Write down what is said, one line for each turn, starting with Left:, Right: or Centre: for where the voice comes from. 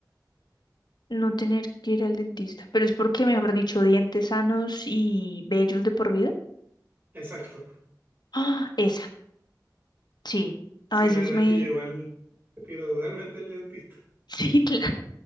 Left: No tener que ir al dentista, pero es porque, mejor dicho, dientes sanos y bellos de por vida.
Right: Exacto.
Left: Ah, esa, sí.
Right: Sí,
Left: A veces
Right: la verdad
Left: me...
Right: es que yo igual prefiero totalmente el dentista.
Left: <laughs> Sí, claro.